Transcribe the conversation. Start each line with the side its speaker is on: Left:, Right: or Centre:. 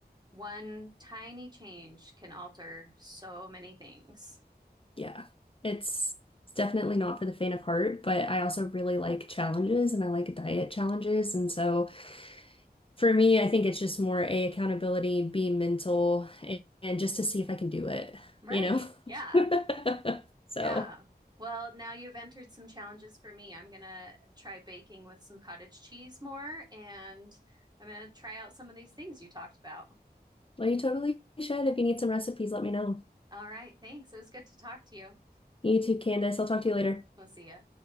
Right: One tiny change can alter so many things.
Left: Yeah. It's it's definitely not for the faint of heart, but I also really like challenges and I like diet challenges. And so For me, I think it's just more A, accountability, B, mental, and, and just to see if I can do it,
Right: Right.
Left: you know?
Right: Yeah.
Left: <laughs> So,
Right: Yeah. Well, now you've entered some challenges for me. I'm gonna try baking with some cottage cheese more, and I'm gonna try out some of these things you talked about.
Left: well, you totally should. If you need some recipes, let me know.
Right: All right. Thanks. It was good to talk to you.
Left: You too, Candace. I'll talk to you later.
Right: We'll see ya.